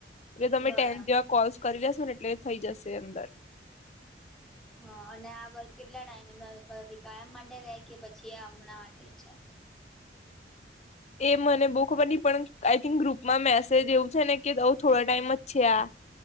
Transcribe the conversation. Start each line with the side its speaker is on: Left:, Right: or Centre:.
Left: એટલે તમે
Centre: બરાબર
Left: ટેન જેવા કોલસ કર્યા લેસોને એટલે થઈ જશે અંદર
Centre: હ અને આ વકૅ કેટલા ટાઈમ કાયમ <unintelligible> માટે રે કે પછી આ હમણાં માટે જ છે.
Left: એ મને બો ખબર નઈ પણ આઈ થિંક ગ્રુપમાં મેસેજ એવું છે, ને કે આઉ થોડા ટાઈમ જ છે, આ